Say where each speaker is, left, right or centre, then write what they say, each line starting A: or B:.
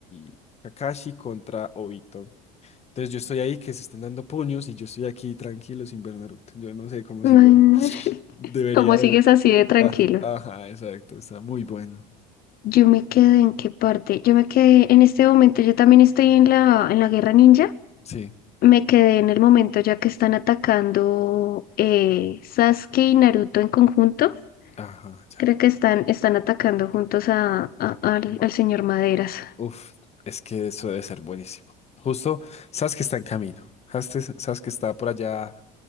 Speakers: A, on the left; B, on the left.
A: y Kakashi contra Obito. Entonces yo estoy ahí que se están dando puños y yo estoy aquí tranquilo sin ver Naruto. Yo no sé cómo
B: <laughs>
A: sigo. <laughs> Debería
B: ¿Cómo
A: de
B: sigues
A: ver.
B: así de tranquilo?
A: Ajá, ajá, exacto. Está muy bueno.
B: Yo me quedé en qué parte. Yo me quedé en este momento. Yo también estoy en la, en la guerra ninja.
A: Sí.
B: Me quedé en el momento ya que están atacando eh, Sasuke y Naruto en conjunto.
A: Ajá, ya.
B: Creo que están, están atacando juntos a, a- al,
A: Ma-
B: al señor Maderas
A: Uf, es que eso debe ser buenísimo. Justo, sabes que está en camino. Sabes sabes que está por allá